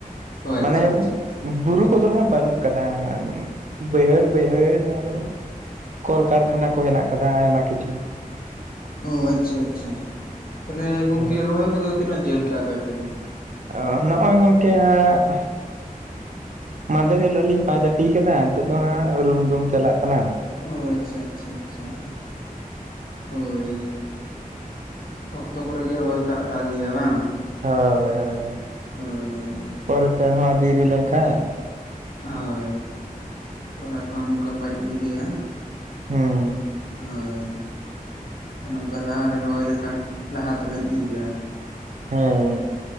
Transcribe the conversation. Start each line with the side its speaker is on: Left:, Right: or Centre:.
Left: ᱚ
Right: ᱢᱟᱱᱮ
Left: ᱟᱪᱪᱷᱟ ᱟᱪᱪᱷᱟ
Right: ᱵᱩᱨᱩ ᱠᱚᱫᱚ ᱦᱟᱸᱜ ᱵᱟᱹᱱᱩᱜ ᱠᱟᱫᱟ, ᱵᱟᱹᱭᱦᱟᱹᱲ ᱵᱟᱹᱭᱦᱟᱹᱲ᱾ ᱟᱨᱚ ᱠᱚᱞ ᱠᱟᱨᱠᱷᱟᱱᱟ ᱠᱚ ᱦᱮᱱᱟᱜ ᱠᱟᱫᱟ ᱟᱭᱢᱟ ᱠᱤᱪᱷᱩ᱾
Left: ᱚ ᱟᱪᱪᱷᱟᱻ ᱟᱪᱪᱷᱟᱻ, ᱛᱟᱦᱚᱞᱮ ᱜᱚᱝᱠᱮ
Right: ᱦᱳᱭ
Left: ᱨᱚᱦᱚᱭ ᱠᱚᱫᱚ ᱛᱤᱱᱟᱹᱜ ᱡᱷᱟᱹᱞ ᱠᱮᱜᱼᱟᱯᱮ ᱟᱯᱮ ᱫᱚ?
Right: ᱚ ᱱᱚᱜᱼᱚᱭ ᱜᱚᱝᱠᱮ ᱦᱟᱸᱜ ᱢᱟᱫᱷᱮᱨ ᱦᱤᱞᱳᱜ ᱞᱤᱧ ᱯᱟᱸᱪ ᱟᱴᱤ ᱠᱟᱫᱟ ᱱᱤᱛᱚᱜ ᱫᱚ ᱦᱟᱸᱜ ᱨᱩᱢᱫᱩᱢ ᱪᱟᱞᱟᱜ ᱠᱟᱱᱟ᱾
Left: ᱚᱻ ᱟᱪᱪᱷᱟᱻ ᱟᱪᱪᱷᱟᱻ ᱟᱪᱪᱷᱟᱻ ᱦᱳᱭᱻ᱾ ᱚᱠᱛᱚ ᱠᱚᱨᱮ ᱜᱮ ᱨᱚᱦᱚᱭ ᱠᱟᱜ ᱵᱷᱟᱜᱮᱭᱟ ᱵᱟᱝ?
Right: ᱦᱚᱭ ᱦᱚᱭ
Left: ᱦᱳᱭ ᱦᱳᱭ
Right: ᱯᱚᱨᱮ ᱛᱮ ᱦᱚᱸ ᱰᱮᱨᱤ ᱞᱮᱱᱠᱷᱟᱱ
Left: ᱦᱳᱭ ᱛᱚᱞᱟ ᱠᱚᱦᱚᱸ ᱱᱚᱝᱠᱟ ᱵᱟᱹᱲᱤᱡ ᱜᱤᱰᱤᱜᱼᱟ᱾
Right: ᱦᱮᱸᱻ᱾
Left: ᱦᱳᱭ ᱱᱚᱝᱠᱟ ᱞᱟᱦᱟᱨᱮ ᱨᱚᱦᱚᱭ ᱞᱮᱠᱷᱟᱱ ᱞᱟᱦᱟ ᱛᱮᱵᱮᱱ ᱤᱨᱟ᱾
Right: ᱦᱮᱸ